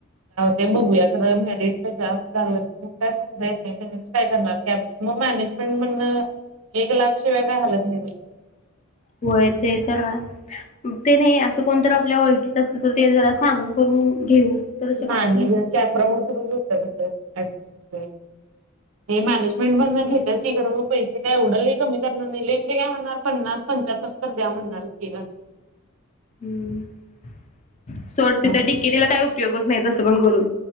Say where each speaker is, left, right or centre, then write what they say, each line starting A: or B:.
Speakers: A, on the right; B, on the left.
A: ते बघूया रम रट जास्त लागलं तर मग काय सांग नाही त्यां तर काय करणार कॅ मग मॅनेजमेंट म्हण एक लाखशे वेगय हालत नाही.
B: होय ते तर ते नाही अस. कोणत आपल्या ओळखीत असल तर ते जरा सांग करून घेऊ. तर शकतात
A: नाही
B: ना.
A: ॅपराऊंडरुच होत त ऍडमिशन. हे मॅनेजमेंट म्हण घेतात की घर मग पैसे काय एवढं लही कमी करणार नाही काय म्हणणार पन्नास पंचततर द्या म्हणणार स ग
B: हम्म सोड तिथं
A: मग
B: डिके तिला काय ोग नाही तसं पण करून